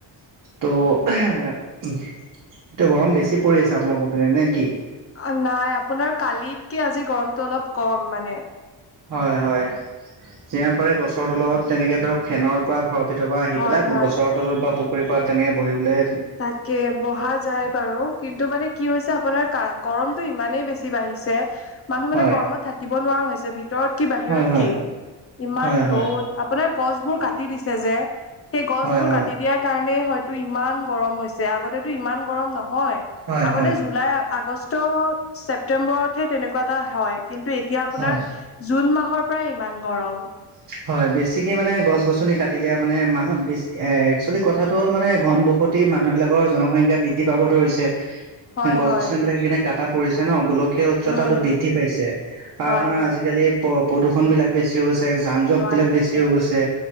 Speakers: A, on the right; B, on the left.
A: তো এতিয়া গৰম বেছি পৰি আছে আপোনালোকৰ পিনে নে কি
B: অ নাই আপোনাৰ কালিতকে আজি গৰমতটো অলপ কম মানে
A: হয় হয় যিমান পাৰে গছৰ তলত তেনেকে ধৰক ফেনৰ পৰা ঘৰ ভিতৰ পৰা আহি
B: হয়
A: পেলাই
B: হয়
A: গছৰ তলত বা পুখুৰীৰ পাৰত তেনেকে বহিবলে
B: তাকে বহা যায় বাৰু কিন্তু মানে কি হৈছে আপোনাৰ গৰমতটো ইম ইমানেই বেছি বাঢ়িছে মানুহ মানে
A: হয়
B: গৰমত থাকিব নোৱাৰা হৈছে ভিত ভিতৰত কি বাহিৰত
A: হয় হয়
B: কি ইমান
A: হয় হয়
B: ৰ'দ আপোনাৰ গছবোৰ কাটি দিছে যে সেই গছ
A: হয়
B: বোৰ
A: হয়
B: কাটি দিয়াৰ কাৰণে হয়তো ইমান গৰম হৈছে আগত তেটো ইমান গৰম নহয়
A: হয়
B: আগতে
A: হয়
B: জুলাই আগষ্ট অ ছেপটেম্বৰতহে তেনেকুৱা এটা হয় কিন্তু এতিয়া আপোনাৰ
A: হয়
B: জুন মাহৰ পৰাই ইমান গৰম
A: হয় বেছিকে মানে গছ গছনি কাটি দিয়া মানে মানুহ বেছি এক্চুৱেলি কথাটো হ'ল মানে ঘন বহুত টেই মানুহ বিলাকৰ জনসংখ্যা বৃদ্ধি পাব ধৰিছে
B: হয়
A: গছ
B: হয়
A: গছন বিলাক সেইকাৰণে কাটা পৰিছে ন গোলক কীয় উচ্চতাটো
B: উম,
A: বৃদ্ধি পাইছে আহ
B: হয়,
A: আপোনাৰ আজিকালি প প্ৰদূষণ বিলাক বেছি হৈছে যান জট
B: হয়।
A: বিলাক বেছি হৈ গৈছে